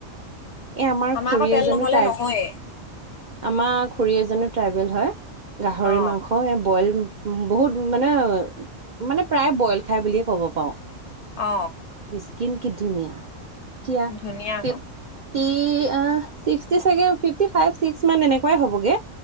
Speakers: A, on the right; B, on the left.
A: এই আমাৰ খুৰী
B: আকৌ তেল
A: এজনীও
B: নহ'লে
A: টাইপ
B: নহয়ে
A: আমাৰ খুৰী এজনো ট্ৰাইবেল হয় গাহৰি
B: অ
A: মাংস এই বইল বহুত মানে মানে প্ৰায় বইল খাই বুলিয়ে ক'ব পাওঁ
B: অ
A: স্কিন কি ধুনীয়া এতিয়া
B: ধুনীয়া
A: ফিফ্টি
B: আকৌ
A: চিষ্টি চাগে ফিফটি ফাইভ চিষ্টি এনেকুৱাই হ'বগে